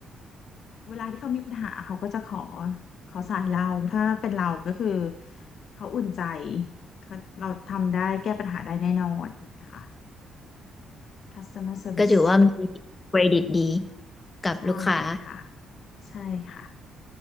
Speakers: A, on the left; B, on the left.
A: เวลาที่เขามีปัญหาเขาก็จะขอขอสายเราถ้าเป็นเราก็คือเขาอุ่นใจเขาเราทำได้แก้ปัญหาได้แน่นอนนี่ค่ะ customer service
B: ก็ถือว่ามีเครดิตดีกับลูกค้า
A: ใช่ค่ะใช่ค่ะ